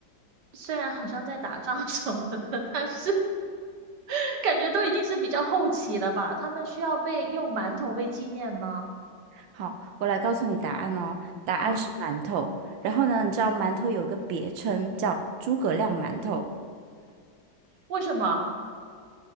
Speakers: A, on the right; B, on the right.
A: 虽然好像在打仗 <laughs> 什么的，但是 <laughs> 感觉都已经是比较后期了吧？他们需要被用馒头被纪念吗？
B: 好，我来告诉你答案哦。答案嗯是馒头。
A: 啊，
B: 然后呢，你知道馒头有个别称叫诸葛亮馒头，
A: 为什么？